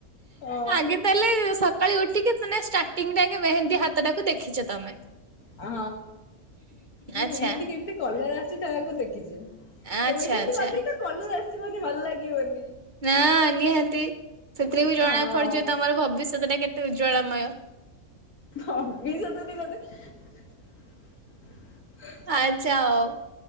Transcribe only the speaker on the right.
ଆଗେ ତାହେଲେ ସକାଳେ ଉଠିକି ଷ୍ଟାର୍ଟିଂ ଯାକେ ମେହେନ୍ଦୀ ହାତ ଟାକୁ ଦେଖିଛ ତମେ।
ଆଚ୍ଛା
ଆଚ୍ଛା
ଆଚ୍ଛା
ନା ନିହାତି ସେଥିରେ ବି ଜଣା
ପଡୁଛି ତମର ଭବିଷ୍ୟତ ଟା କେତେ ଉଜ୍ଜ୍ୱଳାମୟ।
ଆଚ୍ଛା ହଉ